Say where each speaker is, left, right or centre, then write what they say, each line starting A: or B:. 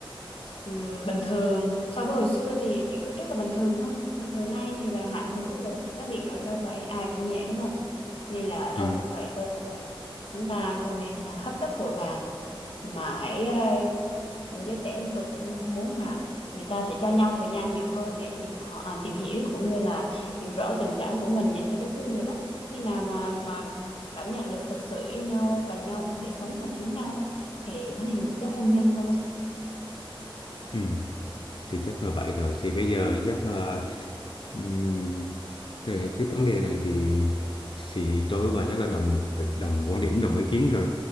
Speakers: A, on the left (about 80°); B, on the left (about 60°).
A: ừm, bình thường. So với hồi xưa thì chuyện cưới trước là bình thường thôi, nhưng mà thời nay thì là hạn hữu rồi, cá biệt rồi đâu phải ai cũng như vậy đúng không? Nên là ông
B: ừ.
A: cũng vậy, tôi cũng vậy. Chúng ta không nên à, hấp tấp vội vàng mà hãy à, giới trẻ thì tôi cũng muốn là người ta sẽ cho nhau thời gian nhiều hơn để tìm họ à, tìm hiểu cũng như là hiểu rõ tình cảm của mình dành cho đối phương nữa đó khi nào mà mà cảm nhận được thật sự yêu nhau cần nhau không thể sống mà thiếu nhau ấy thì mới nên nghĩ tới hôn nhân ông ơi
B: Ừ. thì chắc là vậy rồi thì bây giờ chắc là ừm, về cái vấn đề này thì thì tôi và chắc là đồng đồng quan điểm đồng ý kiến rồi